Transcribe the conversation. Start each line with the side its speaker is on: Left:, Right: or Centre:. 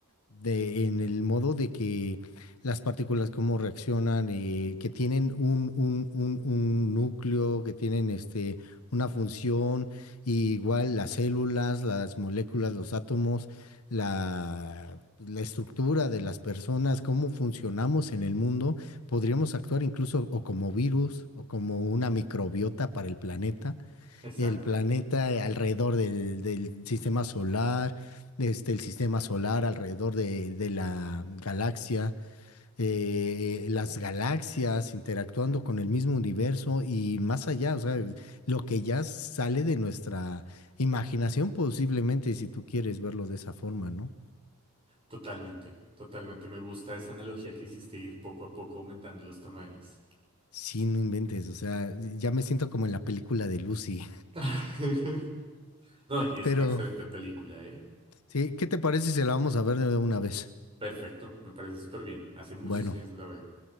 Left: De, en el modo de que las partículas cómo reaccionan, eh, que tienen un, un, un, un núcleo, que tienen este, una función, y igual las células, las moléculas, los átomos, la, la estructura de las personas, cómo funcionamos en el mundo Podríamos actuar incluso o como virus o como una microbiota para el planeta,
Right: exacto.
Left: el planeta alrededor del, del sistema solar, este, el sistema solar alrededor de, de la galaxia, eh, las galaxias interactuando con el mismo universo y más allá, o sea, lo que ya sale de nuestra imaginación posiblemente, si tú quieres verlo de esa forma, ¿no?
Right: Totalmente, totalmente. Me gusta esa analogía que hiciste, ir poco a poco aumentando los tamaños.
Left: Sí, no inventes, o sea, ya me siento como en la película de Lucy,
Right: <laughs> No, y es
Left: <laughs> pero...
Right: una excelente película, ¿eh?
Left: Sí, ¿qué te parece si la vamos a ver de una vez?
Right: Perfecto, me parece súper bien. Hace muchos
Left: Bueno,
Right: años no la veo.